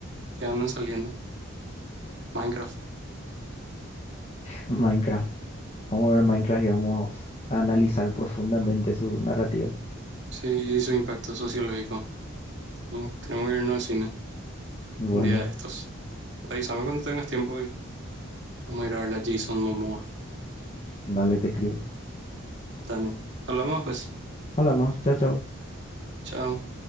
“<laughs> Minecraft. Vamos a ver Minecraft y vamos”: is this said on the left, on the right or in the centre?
Left